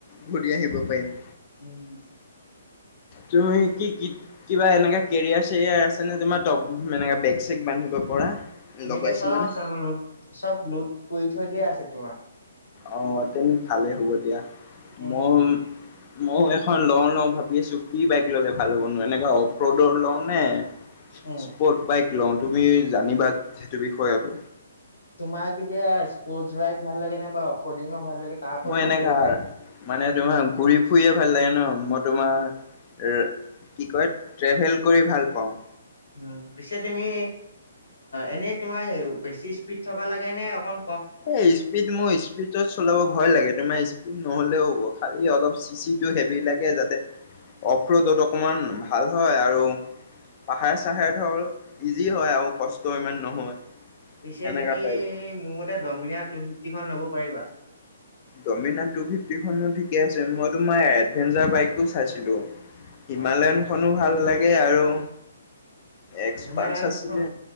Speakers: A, on the left (about 40°); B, on the left (about 85°).
A: ঘূৰি আহিব পাৰিম।
B: উম,
A: তুমি কি কি কিবা এনে কেৰিয়াৰ চেৰিয়াৰ আছে নে তোব এনেকা বেগ চেগ বান্ধিব পৰা?
B: এনেকে
A: লগাইছিলা
B: চব
A: নে?
B: আছে মোৰ লোড চব লোড কৰি থৈ দিয়া আছে তোমাৰ।
A: অ, তেন্তে ভালেই হ'ব
B: উম।
A: মই মই এখন লওঁ লওঁ ভাবি আছো কি বাইক ল'লে ভাল হ'বনো এনেকুৱা অফ ৰ'ডৰ লওঁ নে
B: উম।
A: ইচস্পৰ্ট বাইক লওঁ তুমি জানিবা সেইটো বিষয়ে আৰু।
B: তোমাক এতিয়া স্পৰ্টছ বাইক ভাল লাগে নে বা অফৰৰ্ডিঙৰ ভাল লাগে তাৰ ওপৰত
A: মই এনেকা
B: ক'ব পাৰিম।
A: মানে তোমাৰ ঘূৰি ফুৰিয়ে ভাল লাগে ন মই তোমাৰ কি কয় ট্ৰেভেল কৰি ভাল পাওঁ,
B: উম, পিছে তুমি এনেই তোমাৰ বেছি স্পীড থকা লাগে নে অকণ
A: এই স্পীড মোৰ স্পীডত চলাব ভয় লাগে তোমাৰ স্পীড নহ'লেও হ'ব খালি অলপ চিচিটো হেভি লাগে যাতে, অফৰোডত অকমান ভাল হয় আৰু পাহাৰ চাহাৰে ধৰ ইজি হয় আৰু কষ্ট ইমান নহয়।
B: পিছে
A: সেনেকা
B: তুমি
A: টাইপ।
B: মোৰ মতে দমিনাৰ টু ফিফটি খন ল'ব পাৰিবা।
A: দমিনাৰ টু ফিফটিখনো ঠিকে আছে মই তোমাৰ এডভেঞ্চাৰ বাইক চাইছিলো, হিমালয়নখনো
B: অ
A: ভাল লাগে আৰু, এক্সপালছ
B: অ, হিমালয়ান
A: আছিলে
B: খ